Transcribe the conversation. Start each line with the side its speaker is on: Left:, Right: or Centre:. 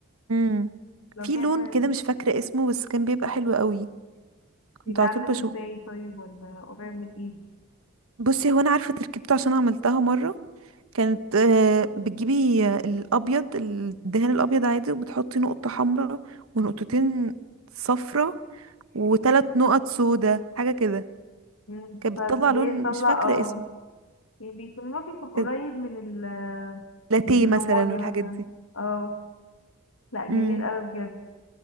Right: امم
Left: لو
Right: في
Left: كان
Right: لون
Left: كان
Right: كده مش فاكرة اسمه بس كان بيبقى حلو قوي
Left: بيبقى
Right: كنت على
Left: عامل
Right: طول بشوف
Left: ازاي طيب ولا قريب من ايه
Right: بصي هو انا عارفة تركيبته عشان عملتها مرة كانت آه، بتجيبي آه، الابيض الدهان الابيض عادي وبتحطي نقطة حمراء ونقطتين صفرة وثلاث نقط سودا حاجة كده
Left: مم،
Right: كانت
Left: فبيطلع
Right: بتطلع لون مش فاكرة
Left: اه
Right: اسمه
Left: يعني بيكون هو بيكون قريب
Right: كان
Left: من ال
Right: لاتيه
Left: من الرمادي
Right: مثلا والحاجات
Left: مثلا
Right: دي
Left: اه لا جميل
Right: امم
Left: قوي بجد